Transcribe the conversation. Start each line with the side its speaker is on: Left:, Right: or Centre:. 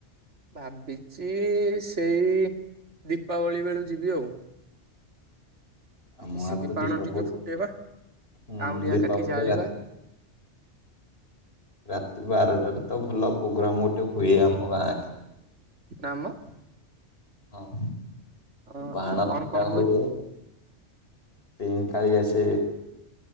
Right: ଭାବିଚି ସେଇ ଦୀପାବଳି ବେଳୁ ଯିବି ଆଉ।
Left: ଆମ
Right: ମିଶିକି
Left: ଗାଁରେ ତ
Right: ବାଣ
Left: ଦୀପାବଳି
Right: ଟିକେ ଫୁଟେଇବା,
Left: ହୁଁ
Right: କାଉଁରିଆ
Left: ଦୀପାବଳି
Right: କାଠି ଜାଳିବା।
Left: ରାତି ରାତି ବାରଟାରେ ତ ଭଲ ପ୍ରୋଗ୍ରାମ ଗୋଟେ ହୁଏ ଆମ ଗାଁରେ।
Right: ନା ମ।
Left: ହଁ,
Right: ହଁ
Left: ବାଣ
Right: କଣ
Left: ଫୁଟା
Right: କଣ
Left: ହୁଏ ପେନ୍କାଳୀ ଆସେ।